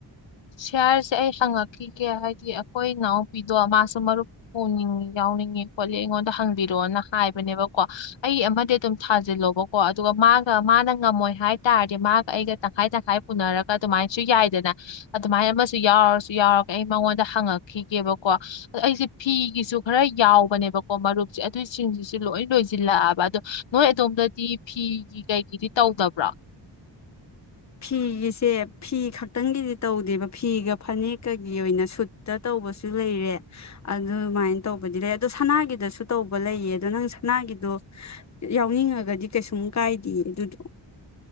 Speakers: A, on the left; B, on the left.
A: ꯁꯤꯦꯌꯥꯔꯁꯦ ꯑꯩ ꯁꯪꯉ ꯀꯦ ꯍꯥꯏꯗꯤ ꯑꯩꯈꯣꯏ ꯏꯅꯥꯎ ꯄꯤꯗꯣ ꯃꯥ ꯁꯨꯃꯔꯨ ꯐ ꯎꯝ ꯌꯥꯥꯎꯅꯤꯡ ꯀꯣꯦꯉꯣꯟ ꯇꯪ ꯕꯤꯔꯣꯅ ꯍꯥꯏꯕꯅꯦꯕ ꯀꯣ ꯑꯩ ꯑꯃꯗꯤ ꯑꯗꯨꯝ ꯊꯥꯖꯤꯜꯂꯣꯕꯀꯣ ꯑꯗꯨꯒ ꯃꯥꯒ ꯃꯥꯅ ꯉꯝꯃꯣꯏ ꯍꯥꯏ ꯇꯥꯔꯗꯤ ꯃꯥꯒ ꯑꯩꯒ ꯇꯪꯈꯥꯏ ꯇꯪꯈꯥꯏ ꯄꯨꯅꯔꯒ ꯑꯗꯨꯃꯥꯏꯅꯁꯨ ꯌꯥꯏꯗꯅ ꯑꯗꯨꯃꯥꯏꯅ ꯑꯃꯁꯨ ꯌꯥꯎꯔꯁꯨ ꯌꯥꯎꯔꯒ ꯑꯩ ꯃꯉꯣꯟꯗ ꯍꯪꯉꯛꯈꯤꯒꯦꯕꯀꯣ ꯑꯩꯁꯦ ꯐꯤꯒꯤꯁꯨ ꯈꯔ ꯌꯥꯎꯕꯅꯦꯕꯀꯣ ꯃꯔꯨꯞꯁꯦ ꯑꯗꯨꯏꯁꯤꯡꯁꯤꯁꯨ ꯂꯣꯏ ꯂꯣꯏꯁꯤꯜꯂꯛꯑꯕ ꯑꯗꯣ ꯅꯣꯏ ꯑꯗꯣꯝꯗꯗꯤ ꯐꯤꯒꯤ ꯀꯩꯒꯤꯗꯤ ꯇꯧꯗꯕ꯭ꯔꯥ
B: ꯐꯤꯒꯤꯁꯦ ꯐꯤ ꯈꯛꯇꯪꯒꯤꯗꯤ ꯇꯧꯗꯦꯕ ꯐꯤꯒ ꯐꯅꯦꯛꯀꯒꯤ ꯑꯣꯏꯅ ꯁꯨꯠꯇ ꯇꯧꯕꯁꯨ ꯂꯩꯔꯦ ꯑꯗꯨꯃꯥꯏꯅ ꯇꯧꯕꯗꯤ ꯂꯩ ꯑꯗꯣ ꯁꯅꯥꯒꯤꯗꯁꯨ ꯇꯧꯕ ꯂꯩꯌꯦ ꯑꯗꯣ ꯅꯪ ꯁꯅꯥꯒꯤꯗꯣ ꯌꯥꯎꯅꯤꯡꯉꯒꯗꯤ ꯀꯩꯁꯨꯝ ꯀꯥꯏꯗꯦꯌꯦ ꯑꯗꯨꯗꯣ